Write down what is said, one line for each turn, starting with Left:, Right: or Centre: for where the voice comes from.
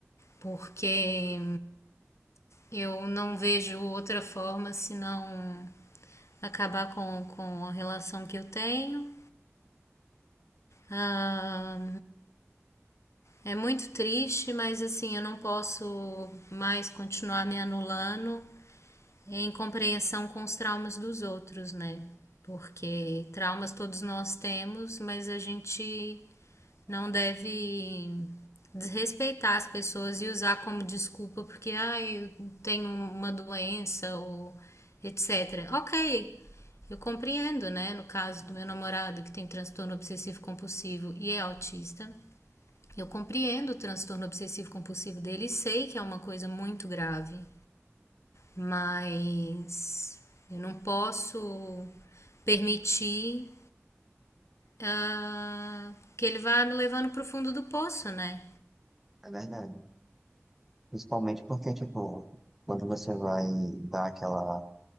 Left: porque eu não vejo outra forma senão acabar com, com a relação que eu tenho. Ah, É muito triste, mas assim, eu não posso mais continuar me anulando em compreensão com os traumas dos outros, né? Porque traumas todos nós temos, mas a gente não deve desrespeitar as pessoas e usar como desculpa porque ah, eu tenho uma doença ou etc. Ok, eu compreendo, né? No caso do meu namorado que tem transtorno obsessivo compulsivo e é autista, eu compreendo o transtorno obsessivo compulsivo dele e sei que é uma coisa muito grave, mas eu não posso permitir ah, que ele vá me levando para o fundo do poço, né?
Centre: É verdade. Principalmente porque, tipo, quando você vai dar aquela